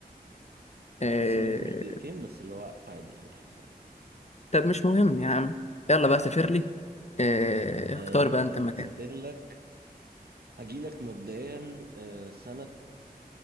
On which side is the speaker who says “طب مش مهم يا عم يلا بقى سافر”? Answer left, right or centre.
Left